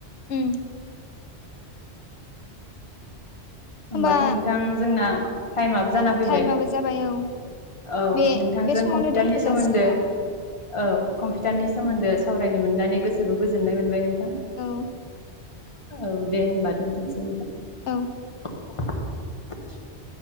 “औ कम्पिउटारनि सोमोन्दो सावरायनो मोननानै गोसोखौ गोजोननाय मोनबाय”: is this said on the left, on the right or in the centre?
Left